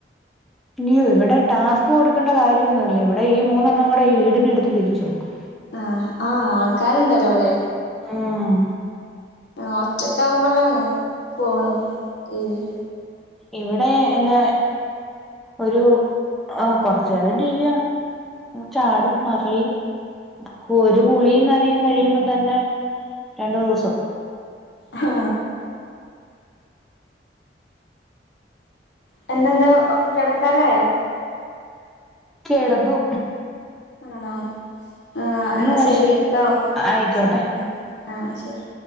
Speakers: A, in the centre; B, on the left.
A: ഇയ്യോ ഇവടെ ടാസ്ക് കൊടുക്കണ്ട കാര്യവൊന്നുവില്ല ഇവിടെ ഈ മൂന്നെണ്ണം കൂടെ ഈ വീടിനെ എടുത്ത് തിരിച്ചുവെക്കും
B: ആഹ് ആ ആൾക്കാര്ണ്ടലോ ല്ലേ
A: ഉം
B: ആഹ് ഒറ്റക്കാവുമ്പോളാണ് ഫോണും ടീവിം
A: ഇവിടെ എന്റ ഒരു ആഹ് കൊറച്ചു നേരം ടി വി കാണും ചാടും മറിയും ഒരു കുളിയും നനയും കഴിയുമ്പം തന്നെ രണ്ടു ദിവസാവും
B: ഹാ പിന്നന്താ കെടക്കാരായോ
A: കെടന്നു
B: ആണോ ആ എന്നാ
A: പക്ഷെ
B: ശരീട്ടോ
A: ആയിക്കോട്ടെ
B: സ <unintelligible> ആഹ് ശരി